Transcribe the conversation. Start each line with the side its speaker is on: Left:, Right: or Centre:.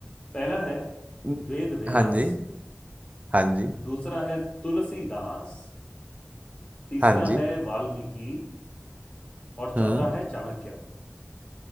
Left: पहला है
Right: न-
Left: वेद व्यास
Right: हाँ जी हाँ जी
Left: दूसरा है तुलसीदास तीसरा
Right: हाँ जी
Left: है वाल्मीकि और चौथा
Right: हम्म।
Left: है चाणक्य